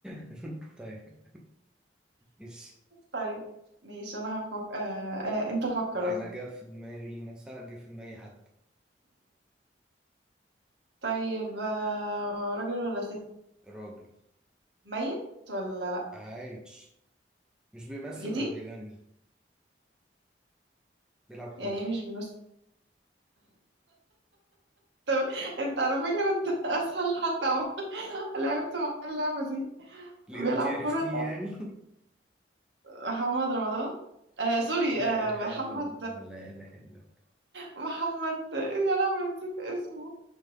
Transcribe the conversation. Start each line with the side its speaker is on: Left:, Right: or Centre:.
Centre: <laughs> طيب إيش
Right: طيب ماشي أنا هفكر آه آه انت فكر
Centre: أنا
Right: قصدي
Centre: جا في دماغي مثلا جا في دماغي حد
Right: طيب آه راجل ولا ست
Centre: راجل
Right: ميت ولا لا
Centre: عايش مش بيمثل
Right: جديد
Centre: ولا بيغني نلعب
Right: يعني
Centre: كورة
Right: إيه مش بيمثل طب انت على فكرة انت <laughs> اسهل حد عم- <laughs> لعبت مع اللعبة دي
Centre: ليه
Right: بيلعب
Centre: انت عرفتيه
Right: كرة ده
Centre: يعني
Right: محمد رمضان آه سوري
Centre: <laughs> لا
Right: آه
Centre: إله
Right: محمد
Centre: إلا الله لا إله إلا الله.
Right: محمد يا لهوي نسيت اسمه